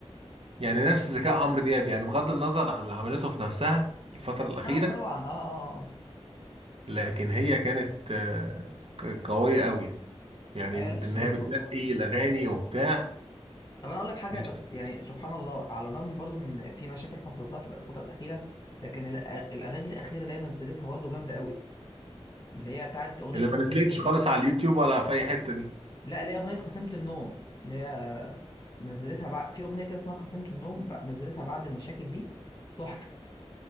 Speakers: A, on the right; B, on the left.
A: يعني نفس ذكاء عمرو دياب يعني بغض النظر عن اللي عملته في نفسها الفترة الأخيرة
B: اه لا طبعا اه اه اه
A: لكن هي كانت آه، ق- قوية قوي يعني
B: ايوه
A: ان
B: لا شيرين
A: هي بتنقي
B: فظيعه
A: الأغاني وبتاع
B: طب انا اقول لك حاجه
A: لا،
B: تت... يعني سبحان الله على الرغم برضو من في مشاكل حصلت لها في الفتره الاخيره لكن الأغ... الاغاني الاخيره اللي هي نزلتها برضو جامده قوي اللي هي بتاعت اغنيه
A: اللي
B: خصمت
A: ما نزلتش
B: الن...
A: خالص على اليوتيوب ولا في أي حتة دي
B: لا اللي هي اغنيه خصمت النوم اللي هي نزلتها بعد في اغنيه كده اسمها خصمت النوم ب... نزلتها بعد المشاكل دي تحفه